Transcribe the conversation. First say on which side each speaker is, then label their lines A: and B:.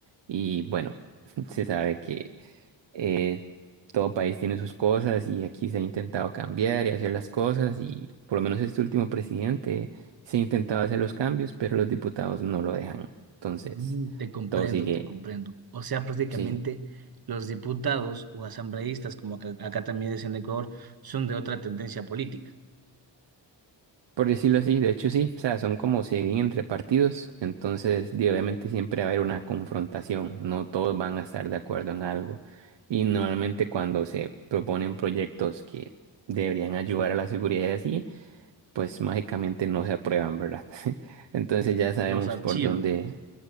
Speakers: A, on the right; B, on the right.
A: Y bueno, <laughs> se sabe que eh, todo país tiene sus cosas y aquí se ha intentado cambiar y hacer las cosas y por lo menos este último presidente se ha intentado hacer los cambios, pero los diputados no lo dejan. Entonces,
B: Mm, te comprendo,
A: todo sigue,
B: te comprendo. O sea, prácticamente
A: sí,
B: los diputados o asambleístas, como acá, acá también dicen en Ecuador, son de otra tendencia política.
A: por decirlo así, de hecho sí, o sea, son como siguen entre partidos, entonces di, obviamente siempre va a haber una confrontación, no todos van a estar de acuerdo en algo y normalmente cuando se proponen proyectos que deberían ayudar a la seguridad y así, pues mágicamente no se aprueban, ¿verdad? <laughs> Entonces ya sabemos
B: Los archivan.
A: por dónde,